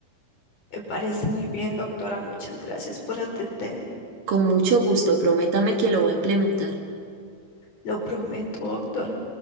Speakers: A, on the left; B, on the right.
A: Me parece muy bien, doctora. Muchas gracias por atenderme.
B: Con mucho gusto, prométame que lo va a implementar.
A: Lo prometo, doctora.